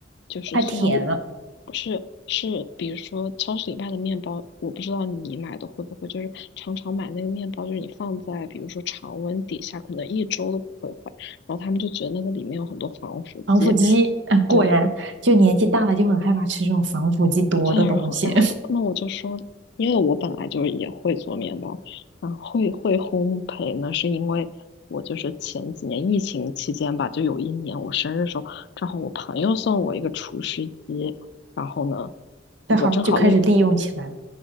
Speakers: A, on the left; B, on the right.
A: 就是虽然我
B: 太甜了，
A: 我是是比如说超市里卖的面包，我不知道你买的会不会，就是常常买那个面包，就是你放在比如说常温底下，可能一周都不会坏，然后他们就觉得那个里面有很多防腐剂，
B: 防腐剂啊，果然就年纪大了就很害怕吃这种防腐剂多的东西，
A: 对，对，然后然后那我就说，因为我本来就是也会做面包，嗯，会会烘焙呢，是因为我就是前几年疫情期间吧，就有一年我生日的时候，正好我朋友送我一个厨师机，然后呢，
B: <laughs> 对，
A: 我正好那
B: 好就开始利用起来了，